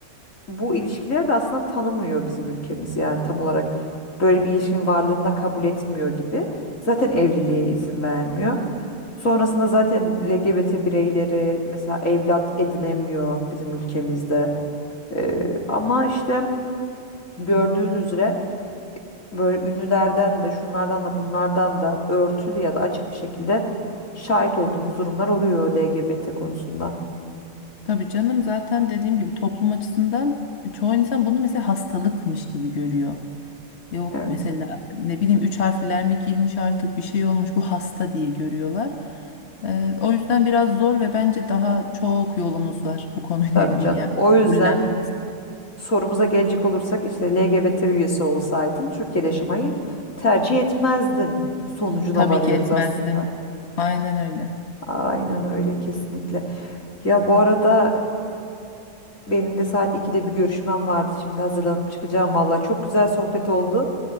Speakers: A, on the left (about 80°); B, on the left (about 55°).
A: bu ilişkileri de aslında tanımıyor bizim ülkemiz. Yani tam olarak böyle bir ilişkinin varlığını da kabul etmiyor gibi. Zaten evliliğe izin vermiyor. Sonrasında zaten LGBT bireyleri mesela evlat edinemiyor bizim ülkemizde. Ee, ama işte gördüğün üzere böyle ünlülerden de şunlardan da bunlardan da örtülü ya da açık bir şekilde şahit olduğumuz durumlar oluyor LGBT konusunda.
B: Tabii canım zaten dediğim gibi toplum açısından çoğu insan bunu mesela hastalıkmış gibi görüyor. Yok
A: Evet.
B: mesela ne bileyim üç harfler mi girmiş artık bir şey olmuş bu hasta diye görüyorlar. Ee, o yüzden biraz zor ve bence daha çok yolumuz var bu konuyla
A: Tabii
B: ilgili
A: canım.
B: yani.
A: O yüzden
B: Kabullen
A: sorumuza gelecek olursak işte LGBT üyesi olsaydın Türkiye'de yaşamayı tercih etmezdin sonucuna
B: tabii
A: varıyoruz
B: ki etmezdim.
A: aslında.
B: Aynen öyle.
A: Aynen öyle kesinlikle. Ya bu arada Benim de saat 2'de bir görüşmem vardı. Şimdi hazırlanıp çıkacağım valla. Çok güzel sohbet oldu.